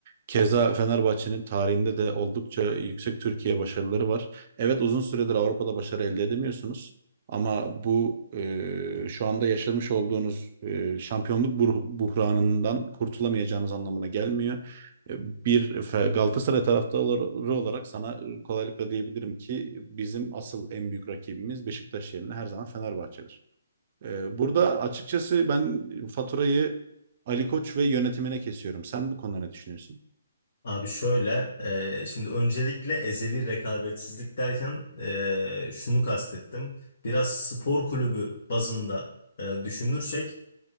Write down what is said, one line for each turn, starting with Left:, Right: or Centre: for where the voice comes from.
Right: Keza Fenerbahçe'nin tarihinde de oldukça yüksek Türkiye başarıları var. Evet uzun süredir Avrupa'da başarı elde edemiyorsunuz ama bu e, şu anda yaşamış olduğunuz e, şampiyonluk buh- buhranından kurtulamayacağınız anlamına gelmiyor. E, Bir Fe- Galatasaray taraftarı olarak sana e, kolaylıkla diyebilirim ki bizim asıl en büyük rakibimiz Beşiktaş yerine her zaman Fenerbahçe'dir. Ee, burada açıkçası ben faturayı Ali Koç ve yönetimine kesiyorum. Sen bu konuda ne düşünüyorsun?
Left: Abi şöyle, e, şimdi öncelikle ezeli rekabetsizlik derken e, şunu kastettim. Biraz spor kulübü bazında e, düşünürsek